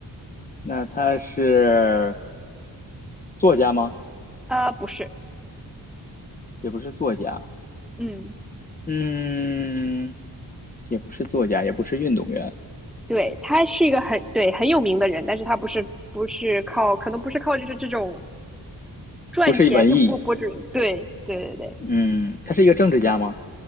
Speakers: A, on the left; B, in the centre.
A: 那他是作家吗？
B: 呃，不是。
A: 也不是作家。
B: 嗯，
A: 嗯，也不是作家，也不是运动员，
B: 对，他是一个很对很有名的人，但是他不是不是靠，可能不是靠就是这种赚钱就博博主人。
A: 不是文艺，
B: 对，对对对，
A: 嗯，他是一个政治家吗？